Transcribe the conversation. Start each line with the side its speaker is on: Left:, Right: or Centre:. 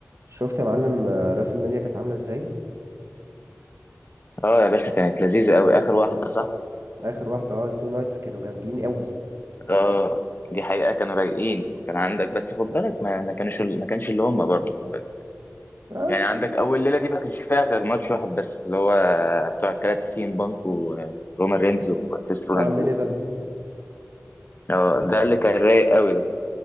Right: شفت يا معلم آه، راس المنيا كانت عامله ازاي
Left: اه يا باشا كانت لذيذة قوي آخر واحدة صح؟
Right: اخر واحده اه التو نايتس كانوا جامدين قوي
Left: اه دي حقيقة كانوا رايقين كان عندك بس خد بالك ما, ما كانش ما كانش اللي هم برضه خد بالك
Right: اه
Left: يعني عندك أول ليلة دي ما كانش فيها غير ماتش واحد بس اللي هو بتوع التلاتة سي ام بانك ورومان رينز وكريس رولانز
Right: اه المين
Left: ده
Right: ايفنت
Left: آه، ده اللي كان رايق قوي ده